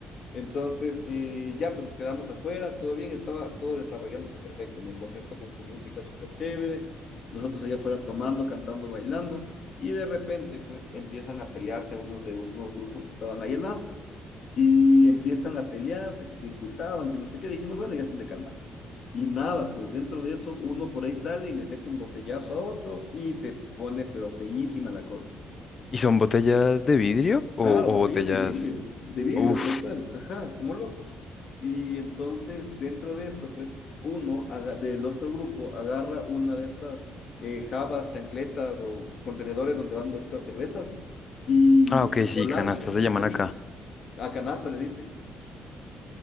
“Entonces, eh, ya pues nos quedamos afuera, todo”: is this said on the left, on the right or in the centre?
Left